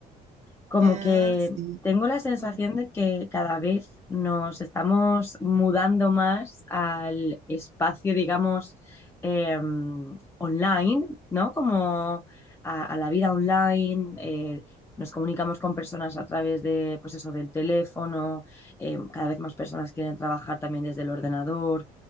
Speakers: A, on the left; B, on the right.
A: como
B: Ah,
A: que
B: sí,
A: tengo la sensación
B: Mm,
A: de que cada vez nos estamos mudando más al espacio, digamos, eh, online, ¿no? Como a, a la vida online. eh, nos comunicamos con personas a través de, pues eso, del teléfono, eh, cada vez más personas quieren trabajar también desde el ordenador,